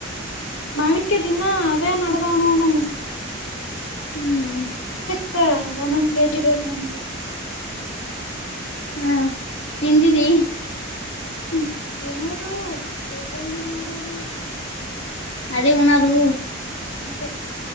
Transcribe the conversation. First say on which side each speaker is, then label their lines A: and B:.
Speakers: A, on the left; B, on the left.
A: ಮಾವಿನಿಕ ದಿನ ಅವೇ ನದಾವಣ ನಮ್ಮ
B: ಹ್ಮ್
A: ಮತ್ತೆ ಒಂದೊಂದ್ ಕೆಜಿ ಬೇಕು ನಮಗೆ
B: ಹಾ ತಿಂದಿದಿ
A: ತ್ತ ನ ಗೋ ಸಕಣ ಮಾಡಡಾಗ
B: ಅದೇ ಹಣದು
A: ಅದ